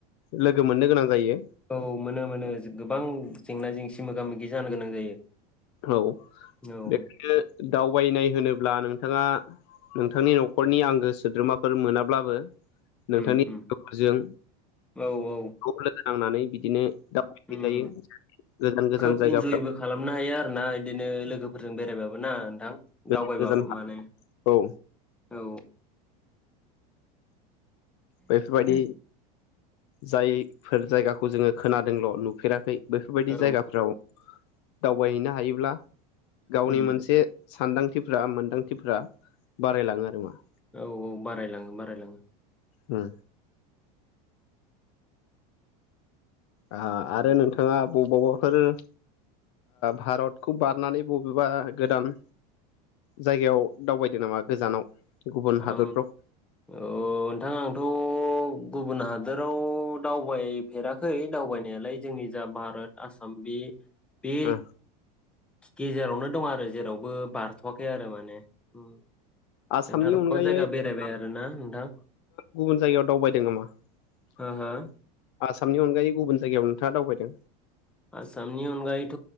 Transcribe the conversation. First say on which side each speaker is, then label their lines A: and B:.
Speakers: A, on the left; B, in the centre.
A: लोगो मोननो गोनां जायो।
B: औ मोनो मोनो गोबां जेंना जेंसि मोगा मोगि जानो गोनां जायो।
A: औ
B: औ
A: बेखायनो दावबायनाय होनोब्ला नोंथाङा नोंथांनि न'खरनि आंगो सोद्रोमाफोर मोनाब्लाबो नोंथांनि
B: उम
A: लोगोफोरजों
B: उम औ औ
A: ग्रुप लोगो नांनानै बिदिनो दावबायनाय
B: उम
A: हैजायो गोजान गोजान
B: खोब
A: जायगाफ्राव।
B: इन्जयबो खालामनो हायो आरोना बिदिनो लोगोफोरजों बेरायबाबो ना नोंथां?
A: गोजान
B: दावबायबाबो
A: गोजान
B: माने
A: औ
B: औ
A: बेफोरबादि जायफोर जायगाखौ जोङो खोनादोंल' नुफेराखै बेफोरबायदि
B: औ
A: जायगाफ्राव दावबायहैनो हायोब्ला गावनि
B: उम
A: मोनसे सानदां थिफ्रा मोन्दांथिफ बारायलाङो आरो मा।
B: औ औ बारायलाङो बारायलाङो।
A: उम आ आरो नोंथाङा बबावबाफोर ओ भारतखौ बारनानै बबेबा गोदान जायगायाव दावबायदों नामा गोजानाव? गुबुन हादरफ्राव
B: औ औ नोंथां आंथ' गुबुन हादोराव दावबायफेराखै दावबायनायालाय जोंनि जा भारत आसाम बे बे
A: ओ उम
B: गेजेरावनो दं आरो जेरावबो बारथ'वाखै आरो माने ने उम
A: आसामनि
B: नोंथाङाथ'
A: अनगायैै
B: गोबां जायगा
A: <unintelligible>
B: बेरायबाय आरोना नोंथां
A: गुबुन जायगायाव दावबायदों नामा <unintelligible>
B: हो हो
A: आसामनि अनगायै गुबुन जायगायाव नोंथाङा दावबायदों
B: आसामनि अनगायैथ